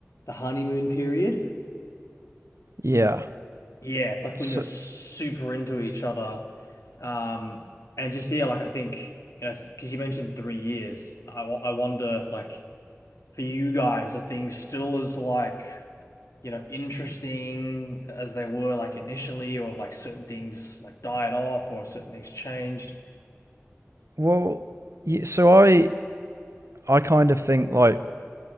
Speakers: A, on the left; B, on the right.
A: the honeymoon period.
B: Yeah.
A: yeah, it's like
B: So,
A: when you're super into each other. Um, and just, yeah, like I think, you know, because you mentioned three years, I, wo- I wonder, like, for you guys, are things still as, like, you know, interesting as they were, like, initially, or like certain things, like, died off, or certain things changed?
B: well, yeah, so I I kind of think like